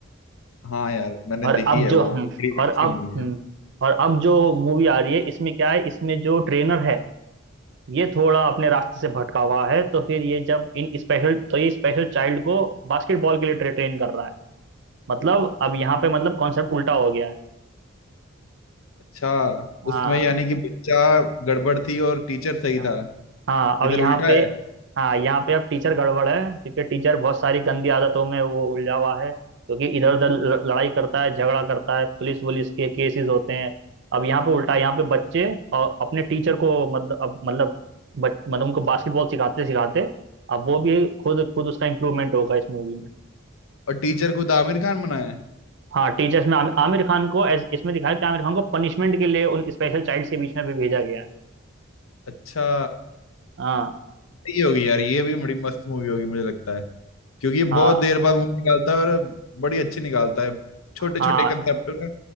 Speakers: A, on the left; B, on the right.
A: हाँ यार मैंने
B: और
A: देखी
B: अब
A: है
B: जो
A: वो
B: हम
A: बड़ी
B: और
A: अच्छी
B: अब
A: मूवी
B: हम्म,
A: है
B: और अब जो मूवी आ रही है इसमें क्या है इसमें जो ट्रेनर है ये थोड़ा अपने रास्ते से भटका हुआ है तो फिर ये जब इन स्पेशल तो ये स्पेशल चाइल्ड को बास्केटबॉल के लिए ट्रे, ट्रेन कर रहा है मतलब अब यहाँ पे मतलब कॉन्सेप्ट उल्टा हो गया है
A: अच्छा
B: हाँ
A: उसमें यानी कि बच्चा गड़बड़ थी और टीचर सही
B: हाँ।
A: था
B: हाँ अब
A: इधर
B: यहाँ
A: उल्टा
B: पे
A: है
B: हाँ यहाँ पे अब टीचर गड़बड़ है क्योंकि टीचर बहुत सारी गंदी आदतों में वो उलझा हुआ है क्योंकि इधर उधर ल- लड़ाई करता है झगड़ा करता है पुलिस वुलिस के केसेस होते हैं अब यहाँ पे उल्टा है, यहाँ पे बच्चे और अपने टीचर को मतलब अब मतलब बच, मतलब उनको बास्केटबॉल सिखाते सिखाते अब वो भी खुद खुद उसका इम्प्रूवमेंट होगा इस मूवी में
A: और टीचर खुद आमिर खान बना है
B: हाँ टीचर्स में आमि- आमिर खान को ऐस- इसमें दिखाया कि आमिर खान को पनिशमेंट के लिए उन स्पेशल चाइल्ड्स के बीच में भी भेजा गया है
A: अच्छा
B: हाँ
A: सही होगी यार ये भी बड़ी मस्त मूवी होगी मुझे लगता है क्योंकि ये बहुत
B: हाँ
A: देर बाद मूवी निकालता है और बड़ी अच्छी निकालता है छोटे
B: हाँ
A: छोटे कंसेप्ट ना